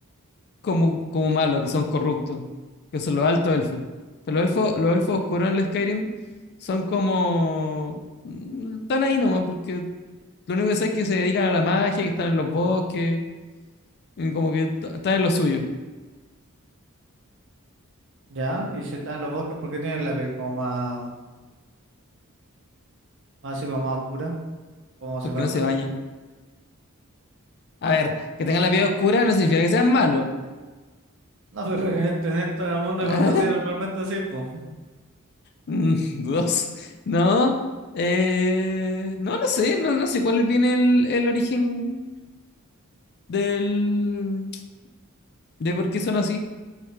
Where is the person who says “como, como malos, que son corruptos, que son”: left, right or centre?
Left